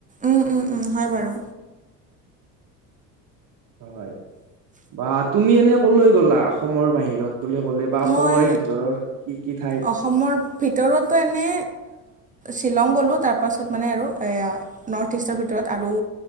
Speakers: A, on the right; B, on the right.
A: উম উম উম হয় বাৰু
B: হয় বা তুমি এনে কলৈ গ'লা অসমৰ বাহিৰত বুলি ক'লে বা অসমৰে
A: মই
B: ভিতৰৰ কি কি ঠাই
A: অসমৰ ভিতৰতো এনে শ্বিলং গ'লোঁ তাৰপাছত মানে আৰু এয়া নৰ্থ ইষ্টৰ ভিতৰত আৰু